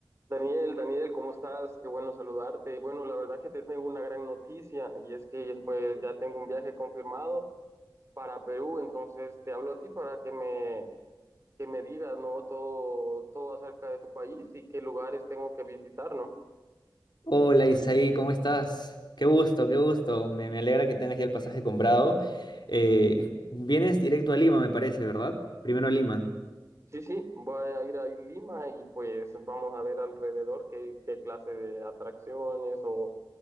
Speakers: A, on the right; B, on the left.
A: Daniel, Daniel, ¿cómo estás? Qué bueno saludarte. Bueno, la verdad que te tengo una gran noticia y es que pues, ya tengo un viaje confirmado para Perú, entonces te hablo a ti para que me, que me digas, ¿no? Todo, todo acerca de tu país y qué lugares tengo que visitar, ¿no?
B: Hola Isaí, ¿cómo estás? Qué gusto, qué gusto. Me, me alegra que tengas ya el pasaje comprado. Eh, vienes directo a Lima, me parece, ¿verdad? Primero a Lima.
A: Sí, sí, voy a ir a Lima y pues vamos a ver alrededor qué, qué clase de atracciones o,